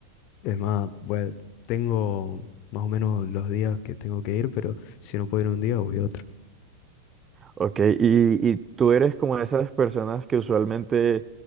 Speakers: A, on the left (about 40°); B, on the right (about 20°).
A: Es más, bueno, tengo más o menos los días que tengo que ir, pero si no puedo ir un día, voy otro.
B: Ok, y, y tú eres como esas personas que usualmente,